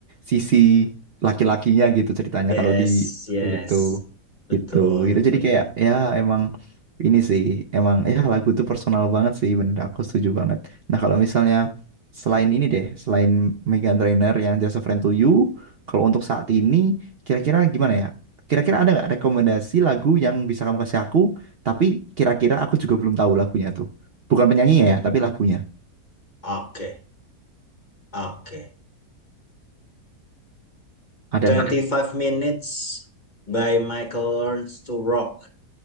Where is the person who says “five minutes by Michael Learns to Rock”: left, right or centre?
Left